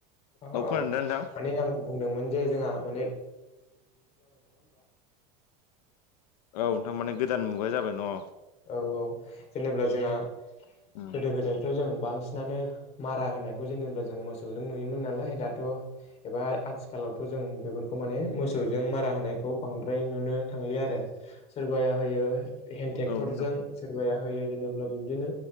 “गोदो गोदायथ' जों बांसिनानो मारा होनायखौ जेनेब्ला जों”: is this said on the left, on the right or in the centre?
Left